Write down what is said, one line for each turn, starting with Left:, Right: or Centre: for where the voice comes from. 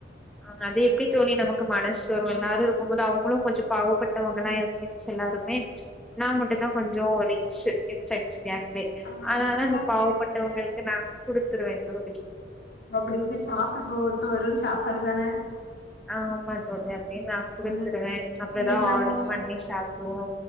Centre: ஆ அது எப்டி தோழி நமக்கு மனசு வரு எல்லாரு இருக்கும்போது அவங்களு கொஞ்சோ பாவப்பட்டவங்களா ஏன் ஃப்ரெண்ட்ஸ் எல்லாருமே நா மட்டுந்தா கொஞ்சோ ரிச்சு ஏன் ஃப்ரெண்ட்ஸ் கேங்ளயே
Left: ஆமா
Centre: அதனாலதா
Left: துபாய்லா
Centre: அந்த பாவப்பட்டவங்களுக்கு
Left: போயிருக்கீங்க
Centre: நா குடு த்துருவ தோழி
Left: ஓ அப்பிடி சேரி சாப்ட்டுட்டு போகுட்டு வெறு சாப்பாடுதானே?
Centre: ஆமா தோழி அப்டினு நா குடுத்துருவே
Left: ம்
Centre: அப்றோ
Left: இன்னைக்கு
Centre: எதாவது
Left: நம்மோ
Centre: ஆர்டர் பண்ணி சாப் டுவோ